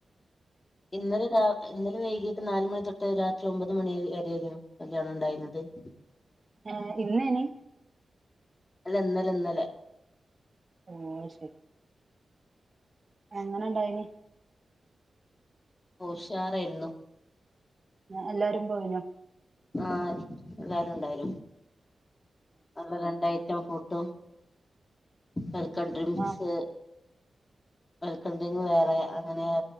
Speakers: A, on the left; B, on the right.
A: ഇന്നലെ രാ ഇന്നലെ വൈകീട്ട് നാലുമണി തൊട്ട് രാത്രി ഒമ്പത് മണി വരേയായിരുന്നു കല്ലിയാണം ഒണ്ടായത് <inaudible>
B: ഏഹ് ഇന്ന് ഇനി
A: അല്ല ഇന്നലെ ഇന്നലെ
B: എന്നാ ശരി എങ്ങനെയുണ്ടായിനി
A: ഉഷാരായിരുന്നു
B: എല്ലാരും പോയിനോ
A: ആഹ് എല്ലാരുംയുണ്ടായ്നു നല്ല രണ്ട് ഐറ്റെം ഫുഡും- വെൽക്കംഡ്രിങ്ക്സ്-
B: ആ
A: വെൽക്കംഡ്രിങ് വേറെ അങ്ങനെ